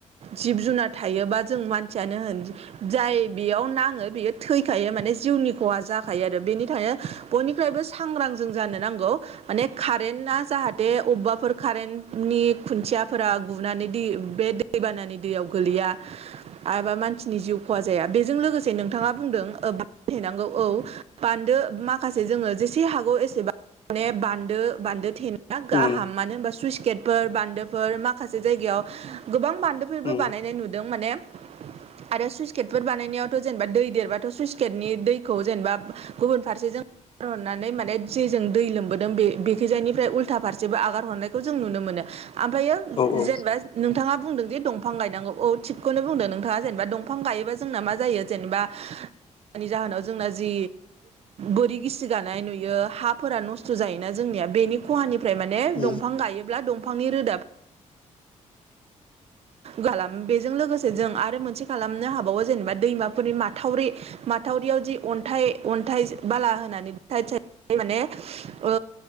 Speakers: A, on the right; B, on the left.
A: जिब जुनार थायोबा जों मानसियानो जाय बेयाव नाङो बेयो थैखायो माने जिउनि खहा जाखायो आरो बेनि थाखायनो बयनिफ्रायबो सांग्रां जों जानो नांगौ माने कारेन्ट आ जाहाथे अबेबाफोर कारेन्टनि खुन्थियाफोरा गुनानै दै बे दैबानानि दैयाव गोलैआ एबा मानसिनि जिउ खहा जाया बेजों लोगोसे नोंथाङा बुंदों बहैनांगौ औ बान्दो माखासे जोङो जेसे हागौ एसेबां माने बान्दो बान्दो थे नाया‌ गाहाम
B: उम
A: मानो होनबा सुइस गेटफोर बान्दोफोर माखासे जायगायाव गोबां बान्दोफोरबो
B: उम
A: बानायनाय नुदों माने आरो सुइस गेटफोर बानायनायावथ जेनेबा दै देरबाथ सुइस गेटनि दै खौ जेनेबा गुबुन फारसे जों आगार हरनानै माने जेजों दै लोमबोदों बे बेखिजायानिफ्राय उल्था फारसेबो आगार हरनायखौ जों नुनो मोनो ओमफ्रायो
B: औ औ
A: जेनेबा नोंथाङा बुंदों। दंफां गायनांगौ औ थिगखौनो बुंदों नोंथाङा जेनेबा दंफां गायोबा जोंना मा जायो जेनेबा निनि जाहोनाव जोंना जि बोरि गिसि गानाय नुयो हाफोरा नस्थ' जायोना जोंनिया बेनि खहानि ओमफ्राय माने
B: उम
A: दंफां गायोब्ला दंफांनि रोदा खालाम बेजों लोगोसे जों आरो मोनसे खालामनो हाबावो जेनेबा दैमाफोरनि माथावरि माथावरियाव जि अन्थाइ अन्थाइ बाला होनानै साइद साइद माने ओ